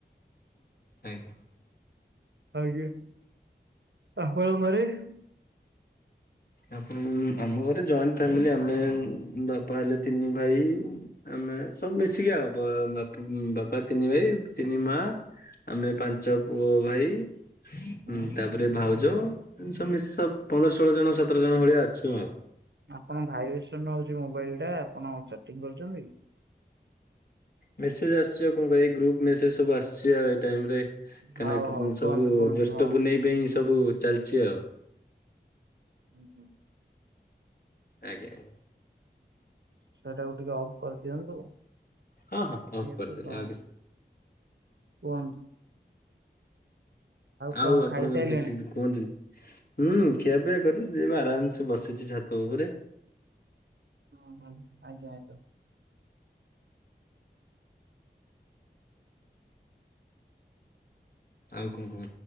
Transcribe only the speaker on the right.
ଆଜ୍ଞ <unintelligible>
ହୁଁ।
ଆପଣ ଭାଇବ୍ରେସନ ହଉଚି ମୋବାଇଲ ଟା ଆପଣ ଚାର୍ଟିଂ କରୁଛନ୍ତି କି?
ହଉ ହଉ କୁହନ୍ତୁ
କୁହନ୍ତୁ
ହଁ।
ହୁଁ ହୁଁ।
ସେଇଟାକୁ ଟିକେ ଅଫ୍ କରିଦିଅନ୍ତୁ।
ଏ
ସବୁ
କୁହନ୍ତୁ। କଣ
ଖାଇସାରିଲେଣି?
ହଁ ହଁ ଆଜ୍ଞା ଆଜ୍ଞା।